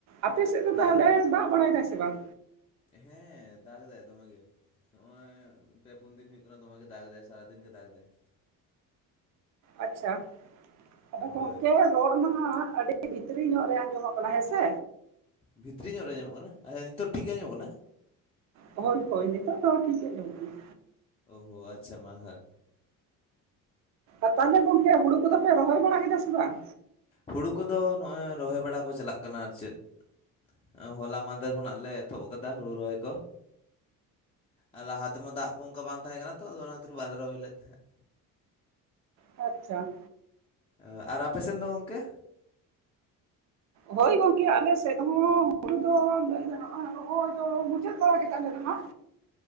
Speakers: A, on the right; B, on the left.
A: ᱟᱯᱮ ᱥᱮᱫ ᱫᱚ
B: ᱦᱮᱸ
A: ᱛᱟᱦᱚᱞᱮ ᱫᱟᱜ ᱵᱟᱲᱟᱭ ᱫᱟᱭ ᱥᱮ ᱵᱟᱝ?
B: ᱦᱮᱸ ᱫᱟᱜ ᱮᱫᱟᱭ ᱫᱚᱢᱮ ᱜᱮ᱾ ᱱᱚᱜᱼᱚᱭ ᱯᱮ ᱯᱩᱱ ᱫᱤᱱ ᱦᱩᱭᱩᱜ ᱠᱟᱱᱟ ᱫᱚᱢᱮ ᱜᱮ ᱫᱟᱜ ᱮᱫᱟᱭ ᱥᱟᱨᱟᱫᱤᱱ ᱜᱮ ᱫᱟᱜ ᱮᱫᱟᱭ᱾
A: ᱟᱪᱪᱷᱟ, ᱟᱫᱚ ᱜᱚᱝᱠᱮ
B: ᱦᱳᱭ
A: ᱨᱚᱲ ᱢᱟ ᱦᱟᱸᱜ ᱟᱹᱰᱤ ᱵᱷᱤᱛᱨᱤ ᱧᱚᱜ ᱨᱮ ᱟᱸᱡᱚᱢᱚᱜ ᱠᱟᱱᱟ ᱦᱮᱸᱥᱮ᱾
B: ᱵᱷᱤᱛᱨᱤ ᱧᱚᱸᱜ ᱨᱮ ᱟᱸᱡᱚᱢᱚᱜ ᱠᱟᱱᱟ ᱟᱪᱪᱷᱟ ᱱᱤᱛᱚᱜ ᱴᱷᱤᱠ ᱜᱮ ᱟᱸᱡᱚᱢᱚᱜ ᱠᱟᱱᱟ?
A: ᱦᱚᱭ ᱦᱚᱭ ᱱᱤᱛᱚᱜ ᱫᱚ ᱴᱷᱤᱠ ᱜᱮ ᱟᱸᱡᱚᱢᱚᱜ ᱠᱟᱱᱟ᱾
B: ᱚᱦᱚ ᱟᱪᱪᱷᱟ ᱢᱟ ᱦᱟᱸᱜ
A: ᱟᱨ ᱛᱟᱦᱚᱞᱮ ᱜᱚᱝᱠᱮ ᱦᱩᱲᱩ ᱠᱚ ᱫᱚ ᱯᱮ ᱨᱚᱦᱚᱭ ᱵᱟᱲᱟ ᱠᱮᱫᱟ ᱥᱮ ᱵᱟᱝ?
B: ᱦᱩᱲᱩ ᱠᱚᱫᱚ ᱱᱚᱜᱼᱚᱭ ᱨᱚᱦᱚᱭ ᱵᱟᱲᱟ ᱠᱚ ᱪᱟᱞᱟᱜ ᱠᱟᱱᱟ ᱟᱨ ᱪᱮᱫ᱾ ᱟ ᱦᱚᱞᱟ ᱢᱟᱱᱫᱷᱮᱨ ᱠᱷᱚᱱᱟᱜ ᱞᱮ ᱮᱛᱚᱦᱚᱵ ᱟᱠᱟᱫᱟ ᱦᱩᱲᱩ ᱨᱚᱦᱚᱭ ᱠᱚ᱾ ᱟᱨ ᱞᱟᱦᱟ ᱛᱮᱢᱟ ᱫᱟᱜ ᱠᱚ ᱚᱱᱠᱟ ᱵᱟᱝ ᱛᱟᱦᱮᱸ ᱠᱟᱱᱟ ᱛᱚ ᱟᱫᱚ ᱚᱱᱟ ᱛᱩᱨ ᱵᱟᱞᱮ ᱨᱚᱦᱚᱭ ᱞᱮᱫ ᱛᱟᱦᱮᱸᱫ᱾
A: ᱟᱪᱪᱷᱟ᱾
B: ᱚ ᱟᱨ ᱟᱯᱮ ᱥᱮᱱ ᱫᱚ ᱜᱚᱝᱠᱮ?
A: ᱦᱚᱭ ᱜᱚᱝᱠᱮ ᱟᱞᱮ ᱥᱮᱫ ᱦᱚᱸ ᱦᱩᱲᱩ ᱫᱚ ᱞᱟᱹᱭ ᱜᱟᱱᱚᱜᱼᱟ ᱨᱚᱦᱚᱭ ᱫᱚ ᱢᱩᱪᱟᱹᱫ ᱵᱟᱲᱟ ᱠᱮᱫᱟᱞᱮ ᱱᱟᱦᱟᱜ᱾